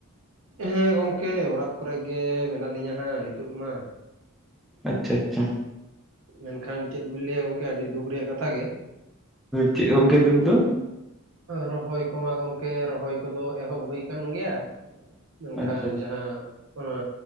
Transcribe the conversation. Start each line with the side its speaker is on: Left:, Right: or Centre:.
Right: ᱦᱮᱸ ᱜᱚᱝᱠᱮ ᱚᱲᱟᱜ ᱠᱚᱨᱮ ᱜᱮ ᱢᱮᱱᱟᱜ ᱞᱤᱧᱟᱹ ᱦᱟᱸᱜ ᱱᱤᱛᱳᱜ ᱢᱟ᱾
Centre: ᱟᱪᱷᱟ-ᱟᱪᱷᱟ
Right: ᱢᱮᱱᱠᱷᱟᱱ ᱪᱮᱫ ᱵᱤᱱ ᱞᱟᱹᱭᱟ ᱜᱚᱝᱠᱮ ᱟᱹᱰᱤ ᱫᱩᱠ ᱨᱮᱭᱟᱜ ᱠᱟᱛᱷᱟ ᱜᱮ
Centre: ᱪᱮᱫ ᱜᱚᱝᱠᱮ ᱫᱩᱠ ᱫᱚ
Right: ᱨᱚᱦᱚᱭ ᱠᱚᱢᱟ ᱜᱚᱝᱠᱮ ᱨᱚᱦᱚᱭ ᱠᱚᱫᱚ ᱮᱦᱚᱵ ᱦᱩᱭ ᱟᱠᱟᱱ ᱜᱮᱭᱟ ᱢᱮᱱᱠᱷᱟᱱ
Centre: ᱟᱪᱪᱷᱟ ᱟᱪᱪᱷᱟ
Right: ᱡᱟᱦᱟᱸ ᱚᱱᱟ